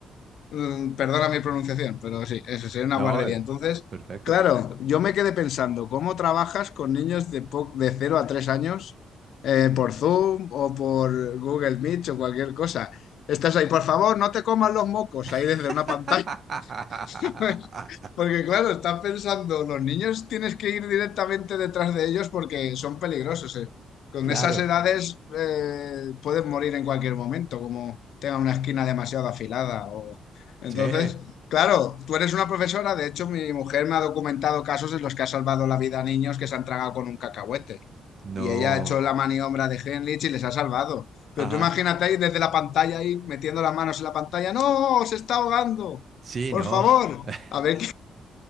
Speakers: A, on the left; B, on the right.
A: Mm, Perdona mi pronunciación, pero sí, eso sería una
B: No,
A: guardería.
B: eh,
A: Entonces,
B: perfecto.
A: claro, yo me quedé pensando, ¿cómo trabajas con niños de, po- de 0 a 3 años eh, por Zoom o por Google Meet o cualquier cosa? Estás ahí, por favor, no te comas los mocos
B: <laughs>
A: ahí desde una pantalla. <laughs> Porque claro, están pensando, los niños tienes que ir directamente detrás de ellos porque son peligrosos, eh. Con
B: Claro.
A: esas edades eh, pueden morir en cualquier momento, como tenga una esquina demasiado afilada. O... Entonces,
B: Sí.
A: claro, tú eres una profesora, de hecho mi mujer me ha documentado casos en los que ha salvado la vida a niños que se han tragado con un cacahuete.
B: No.
A: Y ella ha hecho la maniobra de Henlich y les ha salvado.
B: Ajá.
A: Pero tú imagínate ahí desde la pantalla, ahí metiendo las manos en la pantalla. ¡No! ¡Se está ahogando!
B: Sí,
A: Por
B: no.
A: favor,
B: <laughs>
A: a ver